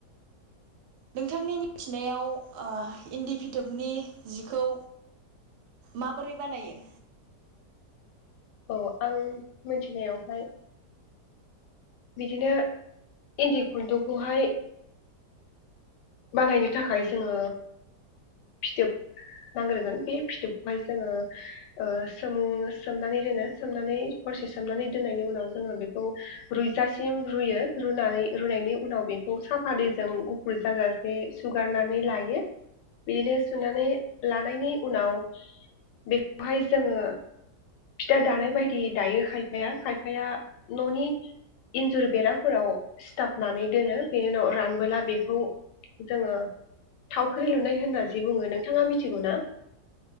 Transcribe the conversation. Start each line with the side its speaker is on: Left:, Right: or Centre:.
Right: नोंथांनि मिथिनायाव ओ इन्दि फिथोबनि जिखौ माबोरै बानायो
Left: औ आं मिथिनायावहाय बिदिनो इन्दि खुन्दुंखौहाय बानायनो थाखाय जोङो फिथोब नांग्रोगोन बे फिथोबखौहाय जोङो ओ सोम सोमनानै दोनो सोमनानै हरसे सोमनानै दोननायनि उनाव जोङो बेखौ रुइजासिम रुयो रुनानै रुनायनि उनाव बेखौ साफा दैजों गुफुर जाजा बे सुगारनानै लायो बेनो सुनानै लानायनि उनाव बेखौहाय जोङो फिथा दानाय बायदि दायो खायफाया खायफाया न'नि इन्जुर बेराफोराव सिथाबनानै दोनो बेनि उनाव रानबोला बेखौ जोङो थावख्रि लुनाय होनना जि बुङो नोंथाङा मिथिगौ ना